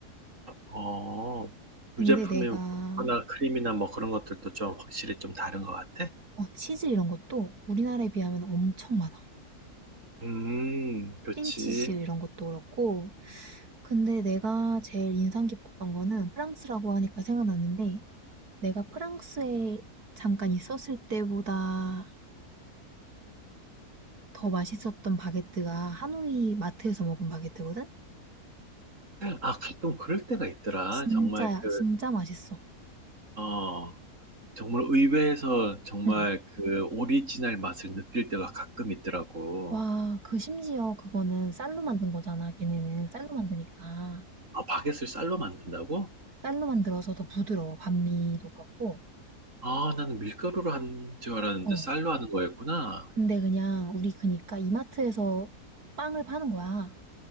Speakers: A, on the right (about 50°); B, on the right (about 70°).
A: 어,
B: 근데
A: 유제품이면
B: 내가
A: 음, 버터나 크림이나 뭐 그런 것들도 좀 확실히 좀 다른 것 같아?
B: 어, 치즈 이런 것도 우리나라에 비하면 엄청 많아.
A: 음, 그렇지.
B: 크림치즈 이런 것도 그렇고. 근데 내가 제일 인상 깊었던 거는 프랑스라고 하니까 생각났는데 내가 프랑스에 잠깐 있었을 때보다 더 맛있었던 바게트가 하노이 마트에서 먹은 바게트거든?
A: 아, 가끔 그럴 때가 있더라.
B: 진짜야,
A: 정말 그,
B: 진짜 맛있어.
A: 어, 정말 의외에서 정말
B: 응.
A: 그 오리지널 맛을 느낄 때가 가끔 있더라고.
B: 와, 그 심지어 그거는 쌀로 만든 거잖아. 걔네는 쌀로 만드니까.
A: 아, 바게트를 쌀로 만든다고?
B: 쌀로 만들어서 더 부드러워. 반미도 그렇고.
A: 아, 나는 밀가루로 한 줄 알았는데
B: 어.
A: 쌀로 하는 거였구나.
B: 근데 그냥 우리 그니까 이마트에서 빵을 파는 거야.